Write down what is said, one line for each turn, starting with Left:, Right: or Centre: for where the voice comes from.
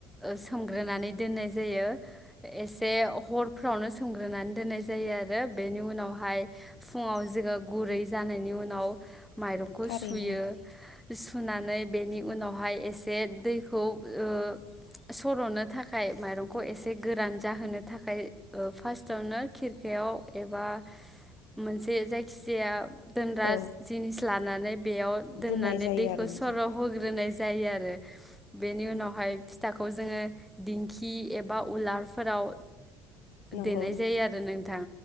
Centre: ओ सोमग्रोनानै दोननाय जायो एसे हरफ्रावनो सोमग्रोनानै दोननाय जायो आरो बेनि उनावहाय फुङाव जोङो गुरै जानायनि उनाव माइरंखो
Left: थारैनो
Centre: सुयो।
Left: नोंथां
Centre: सुनानै बेनि उनावहाय एसे दैखौ ओ सरनो थाखाय माइरंखौ एसे गोरान जाहोनो थाखाय ओ फार्स्टआवनो खिरखायाव एबा मोनसे जायखिजाया दोनग्रा
Left: औ
Centre: जिनिस ला नानै बेयाव दोननानै
Left: दोननाय जायो
Centre: दैखौ
Left: आरो नोंथां
Centre: सर होग्रोनाय जायो आरो बेनि उनावहाय फिथाखौ जोङो दिंखि एबा उलार फोराव ओ
Left: नंगौ
Centre: देनाय
Left: नोंथां
Centre: जायो आरो नोंथां